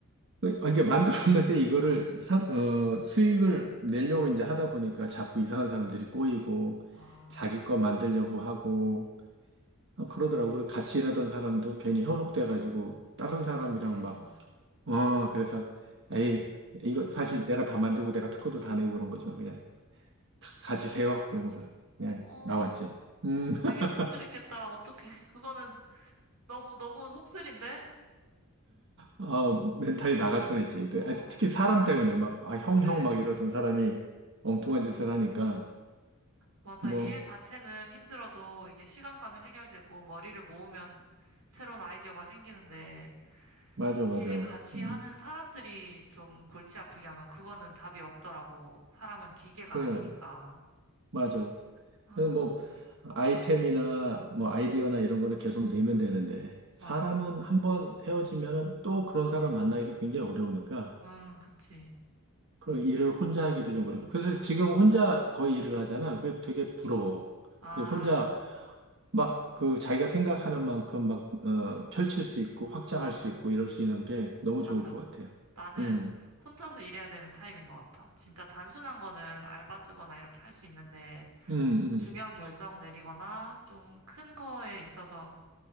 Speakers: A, on the right; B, on the right.
A: 그, 아, 이게 만들었는데 이거를
B: 어,
A: 상, 어, 수익을 내려고 이제 하다 보니까 자꾸 이상한 사람들이 꼬이고
B: 아,
A: 자기 거 만들려고 하고 어, 그러더라고요. 그리고 같이 일하던 사람도 괜히 현혹돼 가지고 다른
B: 어떡해.
A: 사람이랑 막 어, 그래서, 에이, 이거 사실 내가 다 만들고 내가 특허도 다 내고 그런 거지만 그냥 가지세요. 그러면서 그냥
B: 어,
A: 나왔지. 음, <laughs>
B: 되게 씁쓸했겠다. 어떡해. <laughs> 그거는 너무, 너무 속쓰린데?
A: 어, 멘탈이 나갈 뻔했지. 그,
B: 어,
A: 아, 특히 사람 때문에 막, 아, 형,
B: 그래.
A: 형 막 이러던 사람이 엉뚱한
B: 아,
A: 짓을 하니까,
B: 맞아.
A: 뭐,
B: 이 일 자체는 힘들어도 이게 시간 가면 해결되고 머리를 모으면 새로운 아이디어가 생기는데
A: 맞아,
B: 이
A: 맞아.
B: 일 같이
A: 음,
B: 하는 사람들이 좀 골치 아프게 하면 그거는 답이 없더라고. 사람은 기계가
A: 그,
B: 아니니까.
A: 맞아.
B: 아,
A: 그래서 뭐, 아이템이나 뭐 아이디어나 이런 거는 계속 내면 되는데, 사람은
B: 맞아.
A: 한번 헤어지면은 또 그런 사람 만나기가 굉장히 어려우니까,
B: 응, 그치.
A: 그런 일을 혼자 하기도 좀 그렇고. 그래서 지금 혼자 거의 일을 하잖아. 그게 되게 부러워.
B: 아,
A: 그리고 혼자 막 그 자기가 생각하는 만큼 막, 어, 펼칠 수 있고 확장할
B: 맞아.
A: 수 있고 이럴 수 있는 게 너무
B: 맞아.
A: 좋을 것 같아요.
B: 나는
A: 음,
B: 혼자서 일해야 되는 타입인 것 같아. 진짜 단순한 거는 알바 쓰거나 이렇게 할 수 있는데
A: 음, 음.
B: 중요한 결정 내리거나 좀 큰 거에 있어서